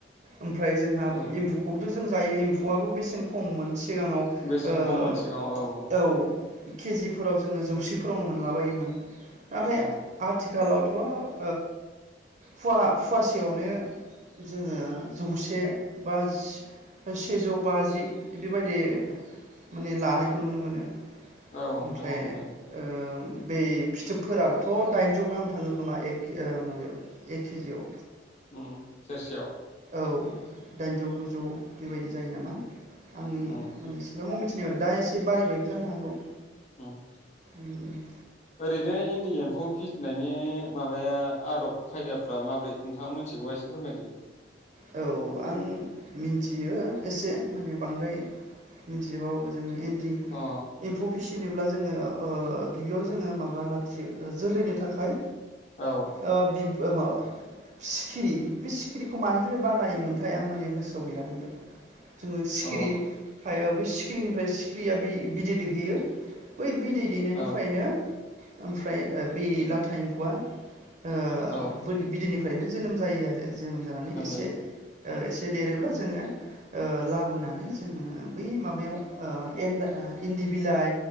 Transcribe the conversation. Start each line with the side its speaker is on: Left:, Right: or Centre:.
Right: ओमफ्राय जोंहा
Left: औ
Right: एम्फौखौबोथ जों जायो एम्फौआबो बेसेन खम मोन सिगाङाव
Left: बेसेन
Right: ओ
Left: खममोन सिगाङाव औ
Right: औ केजिफोराव जोङो जौसेफोरावनो मोनलाबायोमोन नाथाय
Left: औ
Right: आथि खालावथ ओ फुवा फुवासेयावनो जोङो जौसे बा सेजौ बाजि बेबायदि माने लानायखौ नुनो मोनो
Left: औ
Right: ओमफ्राय
Left: नंगौ नोंथां
Right: ओ बै फिथोबफोराबोथ दाइनजौ गाहाम थाङो खोमा एक ओ माबायाव एककिजियाव
Left: उम सेरसेयाव
Right: औ दाइनजौ गुजौ बेबायदि जायो नामा? आंनि
Left: उम
Right: माने सिबाङाव मिथि यो आरो दा एसे बारिबायबो जानो हागौ
Left: उम
Right: उम
Left: ओरैनो इन्दि एम्फौ फिसिनायनि माबाया आदब खायदाफ्रा माब्रै नोंथाङा मिथिगौबा एसे फोरमायदो
Right: औ आं मिनथियो एसे माने बांद्राय मिथिजोबाबाबो जोङो इन्दि
Left: अ
Right: एम्फौ फिसि नोब्ला जोङो ओ गिबियाव जोङो माबा लाखियो ओ जोलैनि थाखाय
Left: औ
Right: ओ बिब <unintelligible> सिखिरि बि सिखिरिखौ मानो बानायोमोनथाय आं माने गोसोआव गैला <unintelligible> जोङो सिखिरि
Left: औ
Right: फाय ओ बै सिख्रिनिफ्राय सिख्रिया बि-बिदै दैहोयो बै बिदै दैनायनिफ्रायनो
Left: औ
Right: ओमफ्राय ओ बे लाथा एम्फौआ ओ
Left: औ
Right: बोद बिदैनि फ्रायनो जोनोम जायो आरो जोनोम जानानै एसे
Left: <inaudible>
Right: ओ एसे देरोब्ला जोङो ओ लाबोनानै जोङो उम बै माबायाव ओ एान्दा ओ इन्दि बिलाइ